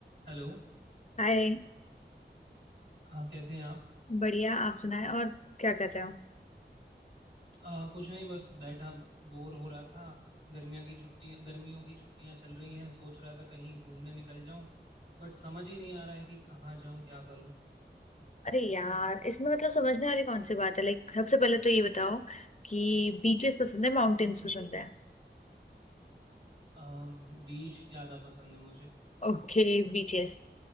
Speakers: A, on the right (about 75°); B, on the left (about 40°).
A: Hello
B: हाय
A: हाँ कैसे हैं आप
B: बढ़िया आप सुनाए और क्या कर रहे हो
A: आ, कुछ नहीं बस बैठा बोर हो रहा था गर्मियों की छुट्टियां गर्मियों की छुट्टियां चल रही हैं सोच रहा था कहीं घूमने निकल जाऊं बट समझ ही नहीं आ रहा है कि कहाँ जाऊं क्या करूं
B: अरे यार इसमें मतलब समझने वाली कौन सी बात है लाइक सबसे पहले तो ये बताओ कि बीचेस पसंद है माउंटेन्स पसंद है
A: आ, बीच ज़्यादा पसंद है मुझे
B: Okay beaches